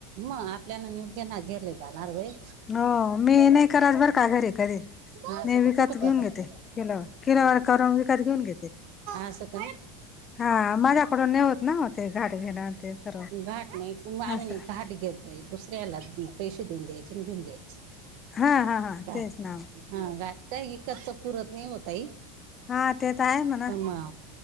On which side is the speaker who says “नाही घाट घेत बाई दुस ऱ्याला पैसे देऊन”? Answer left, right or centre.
Right